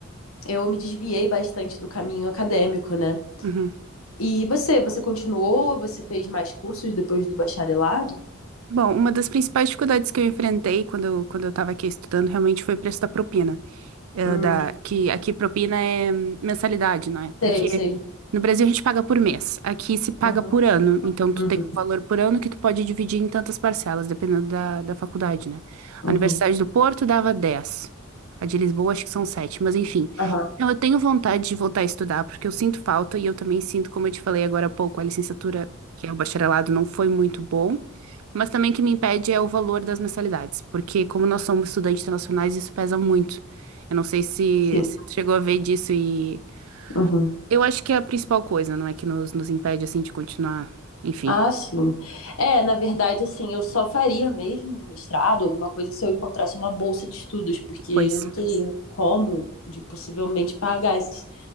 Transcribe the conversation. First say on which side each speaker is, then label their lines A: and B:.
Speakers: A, on the left; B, on the right.
A: eu me desviei bastante do caminho acadêmico, né?
B: Uhum.
A: E você, você continuou? Você fez mais cursos depois do bacharelado?
B: Bom, uma das principais dificuldades que eu enfrentei quando eu, quando eu estava aqui estudando realmente foi o preço da propina. Eh,
A: Hum,
B: da, que aqui propina é hum, mensalidade, não é? Porque
A: sei, sei.
B: no Brasil a gente paga por mês, aqui se paga
A: Uhum,
B: por ano. Então tu
A: uhum,
B: tem um valor por ano que tu pode dividir em tantas parcelas, dependendo da, da faculdade, né?
A: uhum.
B: A Universidade do Porto dava 10, a de Lisboa acho que são 7, mas enfim.
A: Aham,
B: Então eu tenho vontade de voltar a estudar, porque eu sinto falta e eu também sinto, como eu te falei agora há pouco, a licenciatura, que é o bacharelado, não foi muito bom. Mas também o que me impede é o valor das mensalidades, porque como nós somos estudantes internacionais, isso pesa muito. Eu não sei se,
A: sim.
B: se tu chegou a ver disso e
A: Uhum.
B: eu acho que é a principal coisa, não é que nos, nos impede assim de continuar, enfim.
A: Ah, sim. É, na verdade, assim, eu só faria mesmo um mestrado, alguma coisa, se eu encontrasse uma bolsa de estudos, porque
B: Pois
A: eu não teria como de possivelmente pagar esses